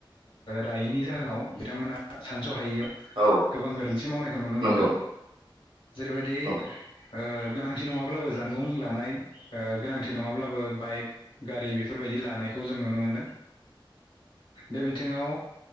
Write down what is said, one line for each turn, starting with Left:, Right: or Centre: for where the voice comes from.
Left: रायनि जाहोनाव बिथांमोना सानसहायैयाव
Right: औ
Left: गोबां गोरोन्थि मावनायखौ नुनो
Right: नंगौ
Left: मोनदों जेरैबायदि
Right: औ
Left: ओ गोनांथि नङाब्लाबो जा नबुं लानाय गोनांथि नङाब्लाबो बाइक गारि बेफोरबायदि लानायखौ जों नुनो मोनदों बे बिथिङाव